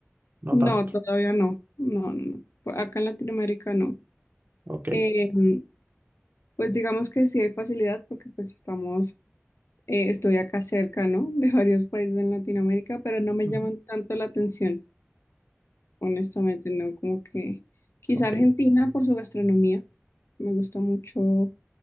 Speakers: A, on the right (about 45°); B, on the left (about 70°).
A: no
B: No,
A: tanto?
B: todavía no, no, no, no, por acá en Latinoamérica no.
A: Ok.
B: Em, Pues digamos que sí hay facilidad porque pues estamos, eh, estoy acá cerca, ¿no? De varios países en Latinoamérica, pero no me
A: Ujú.
B: llaman tanto la atención, honestamente, ¿no? Como que quizá
A: Ok.
B: Argentina por su gastronomía. Me gusta mucho